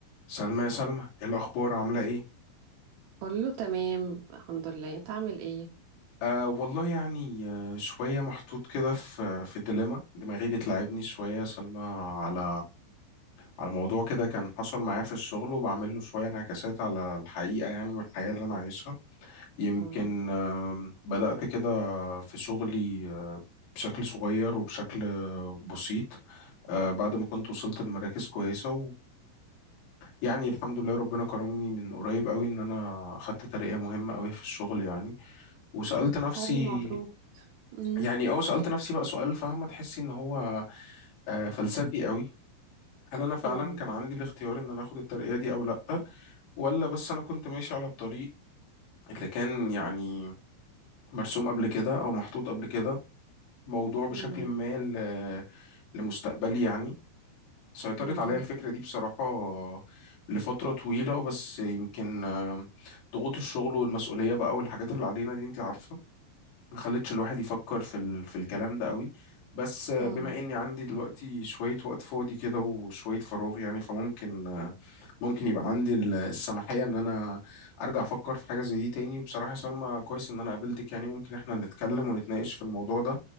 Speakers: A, on the left (about 70°); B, on the right (about 75°).
A: سلمى يا سلمى إيه الأخبار عاملة إيه؟
B: كله تمام الحمد لله انت عامل ايه
A: آه والله يعني آه شوية محطوط كده في في ديليما دماغي بتلعبني شوية يا سلمى على على موضوع كده كان حصل معايا في الشغل وبعمل له شوية انعكاسات على الحقيقة يعني والحياة اللي أنا عايشها يمكن
B: اه
A: آه بدأت كده في شغلي آه بشكل صغير وبشكل بسيط آه بعد ما كنت وصلت لمراكز كويسة يعني الحمد لله ربنا كرمني من قريب قوي ان انا خدت ترقية مهمة قوي في الشغل يعني وسألت
B: طب
A: نفسي
B: حلو مبروك امم
A: يعني اه سألت نفسي بقى سؤال فاهمة تحسي ان هو آه، فلسفي قوي هل انا فعلا
B: امم
A: كان عندي الاختيار ان انا اخد الترقية دي او لا ولا بس انا كنت ماشي على الطريق اللي كان يعني مرسوم قبل كده او محطوط قبل كده موضوع بشكل
B: امم
A: ما ل- لمستقبلي يعني سيطرت
B: امم
A: عليا الفكرة دي بصراحة لفترة طويلة بس يمكن آه، ضغوط الشغل والمسؤولية بقى والحاجات اللي علينا دي انت عارفة ما خلتش الواحد يفكر في ال... في الكلام ده قوي بس آه،
B: اه
A: بما اني عندي دلوقتي شوية وقت فاضي كده وشوية فراغ يعني فممكن آه، ممكن يبقى عندي ال- السماحية ان انا ارجع افكر في حاجة زي دي تاني وبصراحة يا سلمى كويس ان انا قابلتك يعني ممكن احنا نتكلم ونتناقش في الموضوع ده